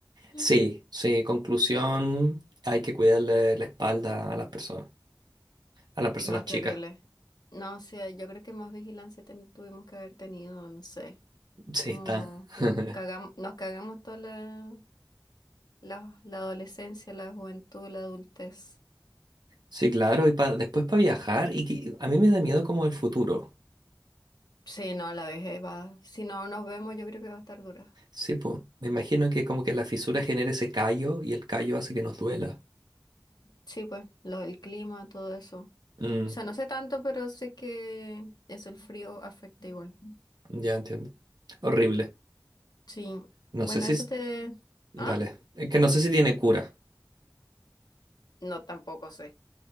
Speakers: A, on the left; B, on the right.
A: <laughs>
B: Sí, sí, conclusión, hay que cuidarle la espalda a las personas, a las personas
A: No, qué
B: chicas.
A: horrible. No, o sea, yo creo que más vigilancia ten- tuvimos que haber tenido, no sé.
B: Sí,
A: Como
B: está. <laughs>
A: nos cagamos, nos cagamos toda la, la, la adolescencia, la juventud, la adultez.
B: Sí, claro, y pa- después para viajar, y que- a mí me da miedo como el futuro.
A: Sí, no, la vejez va. Si no nos vemos, yo creo que va a estar dura.
B: Sí, pues, me imagino que como que la fisura genera ese callo y el callo hace que nos duela.
A: Sí, pues, lo del clima, todo eso.
B: Mm,
A: O sea, no sé tanto, pero sé que eso, el frío afecta igual.
B: ya entiendo. Horrible.
A: Sí.
B: No
A: Bueno,
B: sé si...
A: eso
B: es-
A: te.
B: Dale.
A: ¿Ah?
B: Es que no sé si tiene cura.
A: No, tampoco sé.